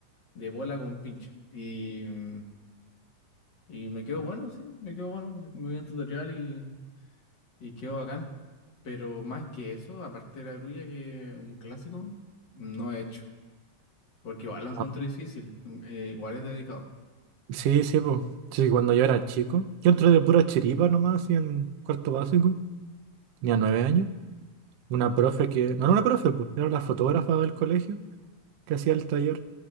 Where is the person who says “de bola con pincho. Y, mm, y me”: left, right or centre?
Left